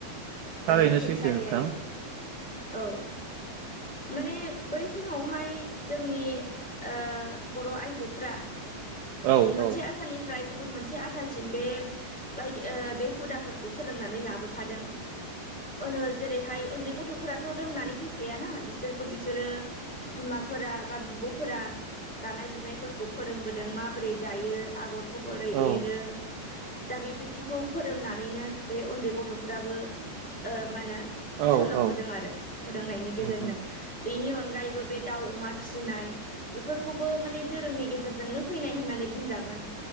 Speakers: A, on the right; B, in the centre.
A: थारैनो
B: ओ खेंसालियायै
A: सैथो नोंथां
B: औ। माने बै समावहाय जोंनि ओ बर' आइजोफ्रा।
A: औ
B: मोनसे
A: औ
B: आथालनिफ्राय। गुबुन मोनसे आथालसिम बे बायदि ओ बे हुदाफोरखौ सोलोंनानै लाबोखादों। ओनो जेरैहाय उन्दै गथ'फोराथ' रोंनानै फैखायाना बिसोरखौ बिसोरो बिमा। फोरा बा बिब'फोरा दानाय लुनायफोरखौ फोरोंबोदों मा। बोरै दायो आगरखौ बोरै
A: औ
B: एरो। दा बेबादिखौ फोरोंनानैनो बे उन्दै गथ'फोराबो ओ मा होनो।
A: औ
B: सोलोंबोदों
A: औ
B: आरो फोरोंनायनि गेजेरजों।
A: उम उम
B: बेनि अनगायैबो बे दाउ अमा फिसिनाय बेफोरखौबो माने धोरोमनि गेजेरजोंनो। फैनाय होननानै बुंजागोन